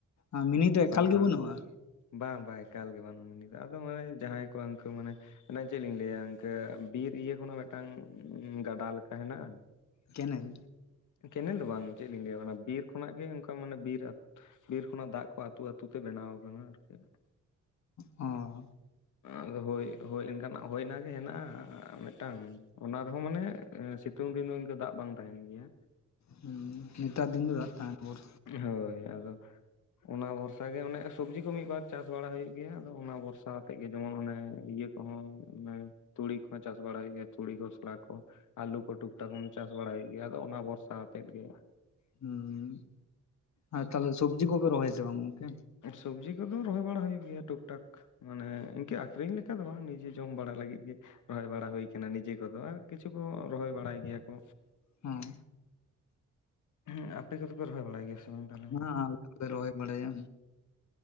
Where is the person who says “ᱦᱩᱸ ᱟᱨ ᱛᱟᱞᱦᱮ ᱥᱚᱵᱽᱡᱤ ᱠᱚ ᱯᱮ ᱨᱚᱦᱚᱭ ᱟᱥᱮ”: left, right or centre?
Left